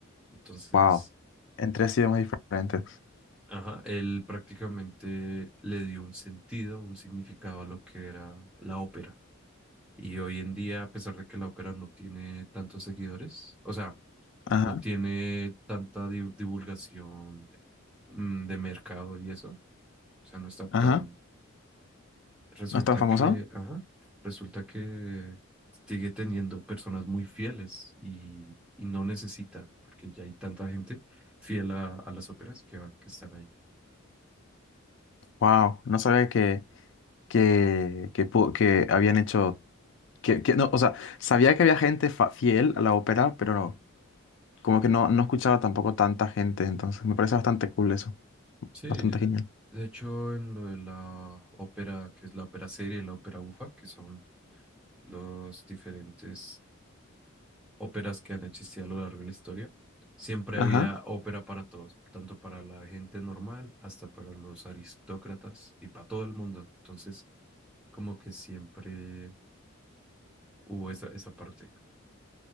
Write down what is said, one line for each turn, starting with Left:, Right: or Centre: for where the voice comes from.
Centre: Entonces,
Left: wow. En tres idiomas diferentes.
Centre: Ajá, él prácticamente le dio un sentido, un significado a lo que era la ópera. Y hoy en día, a pesar de que la ópera no tiene tantos seguidores, o sea,
Left: Ajá,
Centre: no tiene tanta di- divulgación mm, de mercado y eso, o sea, no está tan...
Left: ajá.
Centre: Resulta
Left: ¿No es tan famoso?
Centre: que, ajá, resulta que sigue teniendo personas muy fieles y, y no necesita, porque ya hay tanta gente fiel a, a las óperas que, va- que están ahí.
Left: Wow, no sabía que, que, que, pu- que habían hecho. Que, que, no, o sea, sabía que había gente fa- fiel a la ópera, pero no, como que no, no escuchaba tampoco tanta gente, entonces me parece bastante cool eso.
Centre: Sí,
Left: Bastante
Centre: de,
Left: genial.
Centre: de hecho en lo de la ópera, que es la ópera serie y la ópera bufa, que son los diferentes óperas que han existido a lo largo de la historia, siempre
Left: Ajá.
Centre: había ópera para todos, tanto para la gente normal hasta para los aristócratas y para todo el mundo. Entonces, como que siempre hubo esa, esa parte.